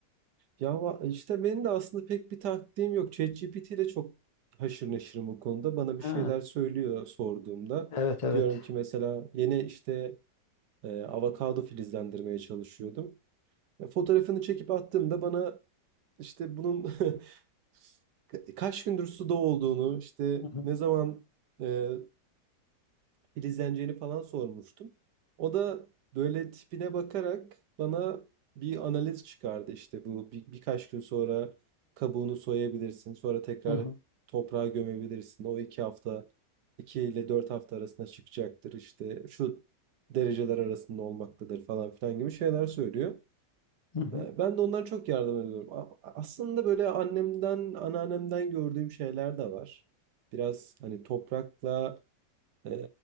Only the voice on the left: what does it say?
Ha,
evet evet.
Hı hı.
Hı hı.
Hı hı,